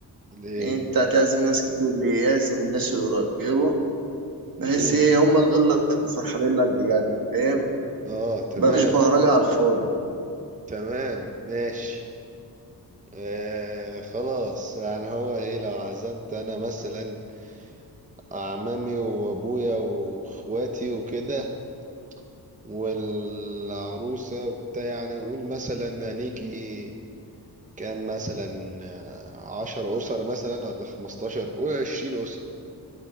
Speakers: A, on the right; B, on the right.
A: ولا ايه
B: أنت هتعزم ناس كتير ليه؟ لازم الناس القريبة بحيث
A: امم
B: إيه هم دول اللي هيبقوا فرحانين لك بجد فاهم؟
A: اه تمام
B: بلاش بهرجة على الفاضي
A: تمام ماشي آه خلاص يعني هو ايه لو عزمت انا مثلا اعمامي وابويا واخواتي وكده والعروسة وبتاع يعني قول مثلا هنيجي كام مثلا آه، عشر أسر مثلا ولا خمستاشر قول عشرين أسرة